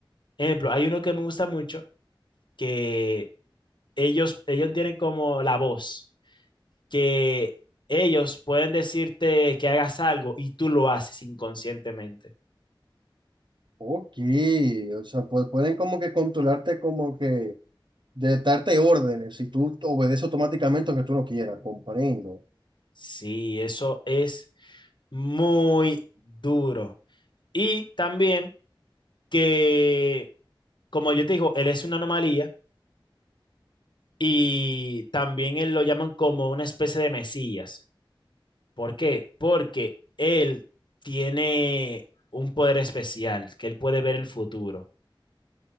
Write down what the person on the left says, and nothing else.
Ejemplo, hay uno que me gusta mucho, que ellos, ellos tienen como la voz, que ellos pueden decirte que hagas algo y tú lo haces inconscientemente.
Sí, eso es muy duro. Y también que, como yo te digo, él es una anomalía y también él lo llaman como una especie de mesías. ¿Por qué? Porque él tiene un poder especial, que él puede ver el futuro.